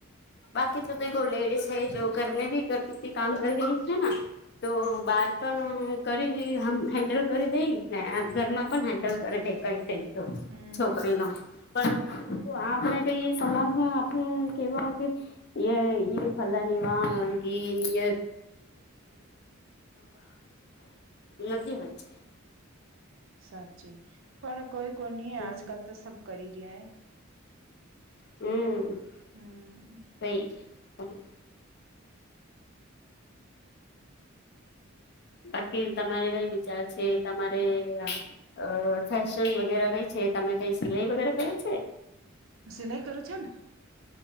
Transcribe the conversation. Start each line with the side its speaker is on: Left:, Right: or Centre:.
Left: બાકી તો તો લેડીસ હૈ જો ઘરને ભી ઘર ગુતી કામ કર ગઈ હે ના. તો
Right: હમ
Left: બાર પણ કરીલી એમ હેન્ડલ કરી <unintelligible> એમ, ને ઘર માં પણ હેન્ડલ કરી દે કઈ <unintelligible>
Right: હમ
Left: છોકરી નો, પણ પણ આપણે કઈ સમાજમાં આપણે કેવા કે એ એ ફલાની વાનગી <unintelligible> <unintelligible> એનથી હોય છે.
Right: સાચી. પણ કોઈ કોઈ ની
Left: હમ
Right: આજકાલ તો સબ કરી રહ્યા હે.
Left: હમ્મ,
Right: હમ
Left: <unintelligible> બાકી તમારે કઈ વિચાર છે, તમારે અહ અહફેશન વગેરે કાઈ છ છે, તમે કાઈ સિલાઈ વગેરા કરે છે?
Right: હું સિલાાઈ કરું છું ને.